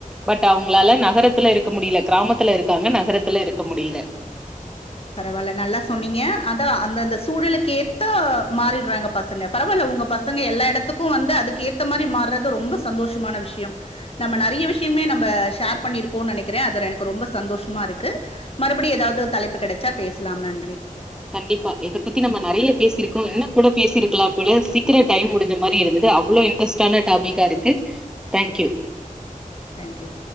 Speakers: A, in the centre; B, on the left (about 45°).
A: பட் அவுங்களால நகரத்துல இருக்க முடியல கிராமத்துல இருக்க இருக்காங்க நகரத்ல இருக்க முடியல
B: பரவால்ல நல்லா சொன்னீங்க அதா அந்த அந்த சூழலுக்கு ஏத்த மாறிற்றாங்க பசங்க பரவால்ல உங்க பசங்க எல்லா எடத்துக்கு வந்து அதுக்கு ஏத்த மாரி மாறது ரொம்ப சந்தோசமான விஷயம் நம்ம நெறய விஷயமே நம்ப ஷேர் பண்ணிருக்கோனு நெனக்குறே அதுல எனக்கு ரொம்ப சந்தோஷ்மா இருக்கு மறுபடியு ஏதாவது தலைப்பு கெட ச பேசலாம் நன்றி
A: கண்டிப்பா இத பத்தி நம்ம நெறைய பேசிருக்கோ இன்னும் கூட பேசிருக்கலாம் போல சீக்கிர டைம் முடிஞ்ச மாரி இருந்தது அவ்ளோ இன்ட்ரெஸ்டான டாபிக்கா இருக்கு தேங்க்யூ
B: தேங்க் யூ